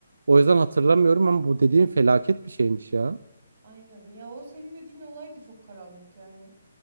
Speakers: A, on the right; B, on the right.
A: O yüzden hatırlamıyorum ama bu dediğin felaket bir şeymiş ya.
B: Aynen. Ya o senin dediğin olay da çok karanlık yani.